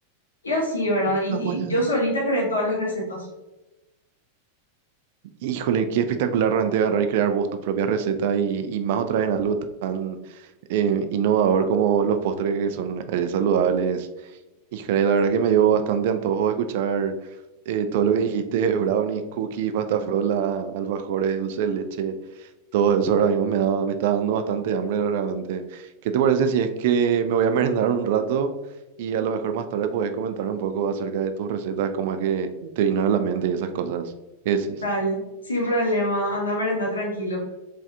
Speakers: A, on the left; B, on the right.
A: Y así, ¿verdad? Y,
B: Las
A: y
B: guayabas.
A: yo solita creé todas las recetas.
B: Híjole, qué espectacular realmente agarrar y crear vos tu propia receta y, y más otra vez en algo tan eh, innovador como los postres que son eh, saludables. Híjole, la verdad que me dio bastante antojo escuchar eh, todo lo que dijiste, <laughs> brownies, cookies, pasta frola, alfajores, dulce de leche. Todo eso ahora mismo me da, me está dando bastante hambre realmente. ¿Qué te parece si es que me voy a <laughs> merendar un rato y a lo mejor más tarde puedes comentarme un poco acerca de tus recetas, cómo es que te vinieron a la mente y esas cosas? ¿Qué decís?
A: Dale, sin problema. Anda a merendar tranquilo.